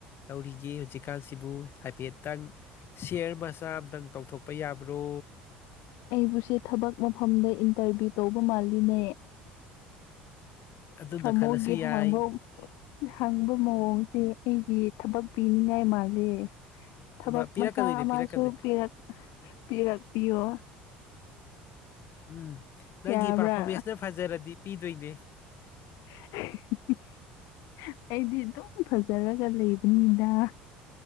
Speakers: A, on the left; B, on the left.
A: ꯇꯧꯔꯤꯒꯦ ꯍꯧꯖꯤꯛꯀꯥꯟꯁꯤꯕꯨ ꯍꯥꯏꯐꯦꯠꯇꯪ ꯁꯤꯌꯔ ꯃꯆꯥ ꯑꯝꯇꯪ ꯇꯧꯊꯣꯛꯄ ꯌꯥꯕ꯭ꯔꯣ
B: ꯑꯩꯕꯨꯁꯦ ꯊꯕꯛ ꯃꯐꯝꯗ ꯏꯟꯇꯔꯚꯤꯌꯨ ꯇꯧꯕ ꯃꯥꯜꯂꯤꯅꯦ
A: ꯑꯗꯨꯅ
B: ꯊꯃꯣꯒꯤ
A: ꯈꯜꯂꯁꯨ ꯌꯥꯏ
B: ꯍꯥꯡꯕꯧ ꯍꯪꯕ ꯃꯑꯣꯡꯁꯦ ꯑꯩꯒꯤ ꯊꯕꯛ ꯄꯤꯅꯤꯡꯉꯥꯏ ꯃꯥꯜꯂꯦ ꯊꯕꯛ
A: ꯃꯥ ꯄꯤꯔꯛꯀꯗꯣꯏꯅꯦ
B: ꯃꯆꯥ ꯑꯃꯁꯨ
A: ꯄꯤꯔꯛꯀꯗꯣꯏꯅꯦ
B: ꯄꯤꯔꯛ ꯄꯤꯔꯛꯄꯤꯌꯣ
A: ꯎꯝ ꯅꯪꯒꯤ
B: ꯌꯥꯕ꯭ꯔꯥ
A: ꯄꯔꯐꯣꯔꯃꯦꯟꯁꯅ ꯐꯖꯔꯗꯤ ꯄꯤꯗꯣꯏꯅꯦ
B: <unintelligible> ꯑꯩꯗꯤ ꯑꯗꯨꯝ ꯐꯖꯔꯒ ꯂꯩꯕꯅꯤꯗ